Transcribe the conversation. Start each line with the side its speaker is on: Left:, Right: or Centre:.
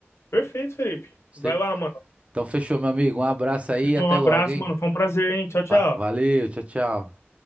Left: Perfeito, Felipe.
Right: Cer-
Left: Vai lá, mano.
Right: Então fechou, meu amigo. Um abraço aí e até
Left: Um abraço,
Right: logo, hein?
Left: mano. Foi um prazer, hein? Tchau, tchau.
Right: Va- Valeu, tchau, tchau.